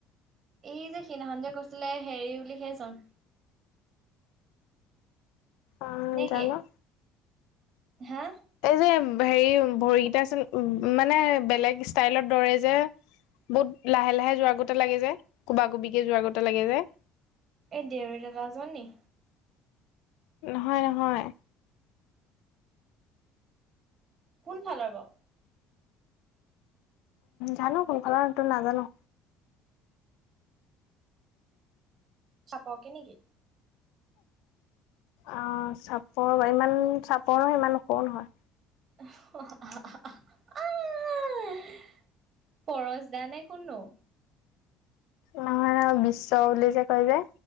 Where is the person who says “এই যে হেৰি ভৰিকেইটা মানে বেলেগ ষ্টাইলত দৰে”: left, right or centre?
Left